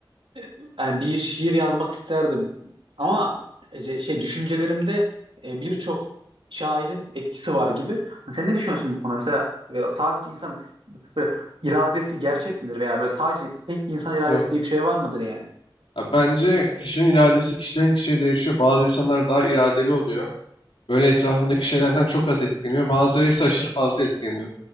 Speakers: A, on the right; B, on the left.
A: e, yani bir şiir yazmak isterdim ama e, şey düşüncelerimde e, birçok şairin etkisi var gibi. Hani Sen ne düşünüyorsun bu konuda? Mesela e, sadece insan Böyle iradesi gerçek midir veya böyle sadece tek insan iradesi
B: Yok.
A: diye bir şey var mıdır yani?
B: Ya bence kişinin iradesi kişiden kişiye değişiyor. Bazı insanlar daha iradeli oluyor. Böyle etrafındaki şeylerden çok az etkileniyor. Bazıları ise aşırı fazla etkileniyor.